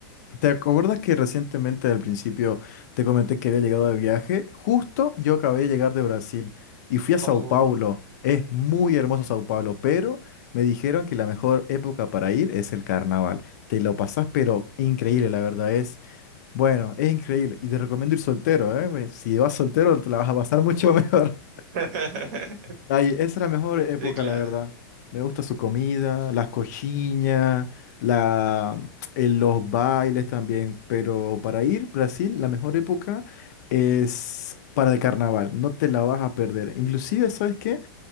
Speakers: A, on the left (about 50°); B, on the right (about 40°).
A: ¿Te acuerdas que recientemente al principio te comenté que había llegado de viaje? Justo yo acabé de llegar de Brasil y fui a Sao
B: Oh,
A: Paulo. Es muy hermoso Sao Paulo, pero me dijeron que la mejor época para ir es el carnaval. Te lo pasás, pero increíble, la verdad es. Bueno, es increíble. Y te recomiendo ir soltero, ¿eh? Pues, Si vas soltero, te la vas a pasar mucho <laughs> mejor.
B: <laughs>
A: Ay, esa es la mejor época,
B: Sí, claro.
A: la verdad. Me gusta su comida, las coxinhas, la, eh, los bailes también. Pero para ir Brasil, la mejor época es para el carnaval. No te la vas a perder. Inclusive, ¿sabes qué?